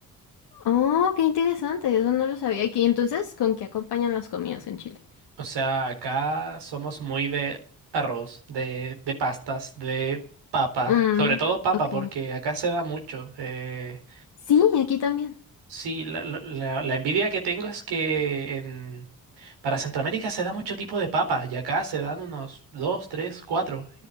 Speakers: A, on the left (about 75°); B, on the right (about 80°).
A: Oh, qué interesante. Eso no lo sabía. ¿Y qué- entonces con qué acompañan las comidas en Chile?
B: O sea, acá somos muy de arroz, de, de pastas, de papa,
A: Mm,
B: sobre todo papa,
A: ok.
B: porque acá se da mucho. Eh,
A: Sí, aquí también.
B: Sí, la, la- la- la envidia que tengo es que en, para Centroamérica se da mucho tipo de papas y acá se dan unos dos, tres, cuatro.